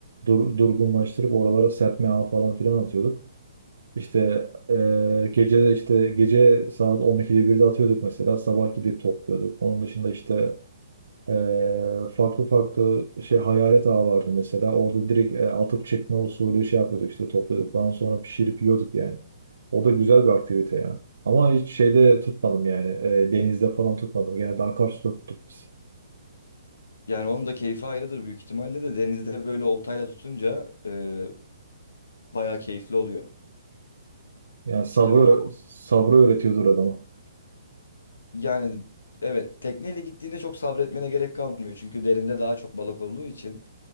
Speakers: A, on the right; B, on the left.
A: dur, durgunlaştırıp oralara serpme ağı falan filan atıyorduk. İşte eee, gece işte gece saat 12'de 1'de atıyorduk mesela sabah gidip topluyorduk. Onun dışında işte eee, farklı farklı şey hayalet ağı vardı mesela orada direkt e, atıp çekme usulü şey yapıyorduk işte topluyorduk. Ondan sonra pişirip yiyorduk yani. O da güzel bir aktivite ya. Ama hiç şeyde tutmadım yani e, denizde falan tutmadım. Genelde akarsuda tuttuk biz.
B: Yani onun da keyfi ayrıdır büyük ihtimalle de denizde böyle oltayla tutunca e, bayağı keyifli oluyor.
A: Yani sabrı
B: İşte onu
A: sabrı öğretiyordur adamı.
B: yani evet tekneyle gittiğinde çok sabretmene gerek kalmıyor. Çünkü derinde daha çok balık olduğu için.